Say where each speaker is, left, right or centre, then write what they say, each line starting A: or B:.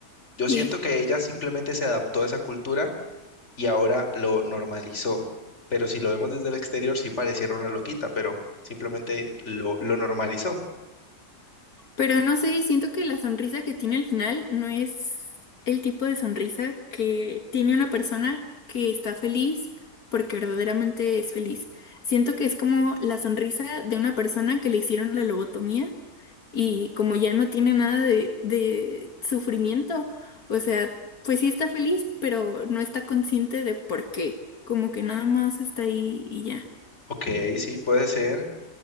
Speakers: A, on the left; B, on the left.
A: yo
B: Sí.
A: siento que ella simplemente se adaptó a esa cultura y ahora lo normalizó. Pero si lo vemos desde el exterior, sí pareciera una loquita, pero simplemente lo, lo normalizó.
B: Pero no sé, siento que la sonrisa que tiene al final no es el tipo de sonrisa que tiene una persona que está feliz porque verdaderamente es feliz. Siento que es como la sonrisa de una persona que le hicieron la lobotomía y como ya no tiene nada de, de sufrimiento, o sea, pues sí está feliz, pero no está consciente de por qué. Como que nada más está ahí y ya.
A: Ok, sí, puede ser,